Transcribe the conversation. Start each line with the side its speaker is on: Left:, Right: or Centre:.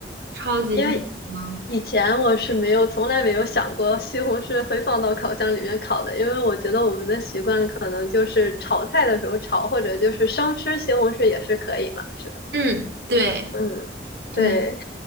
Right: 超级特别呢。
Left: 因为以前我是没有，从来没有想过西红柿会放到烤箱里面烤的，因为我觉得我们的习惯可能就是炒菜的时候炒，或者就是生吃西红柿也是可以嘛，是吧？
Right: 嗯，对
Left: 嗯，
Right: 对，
Left: 对，